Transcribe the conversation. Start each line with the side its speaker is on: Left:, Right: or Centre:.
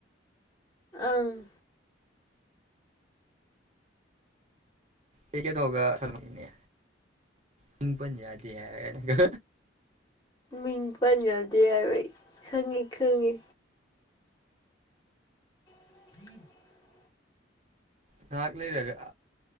Left: ꯑꯪꯡ
Right: ꯑꯩ ꯀꯩꯅꯣꯒ ꯁꯥꯟꯅꯕꯅꯤꯅꯦ ꯃꯤꯡ ꯄꯟ ꯌꯥꯗꯦ ꯍꯥꯢꯔꯒ
Left: ꯃꯤꯡ ꯄꯟ ꯌꯥꯗꯦ ꯍꯥꯏꯕ ꯑꯩ ꯈꯪꯉꯤ ꯈꯪꯉꯤ꯫ <unintelligible>
Right: ꯉꯥꯍꯥꯛ ꯂꯩꯔꯒ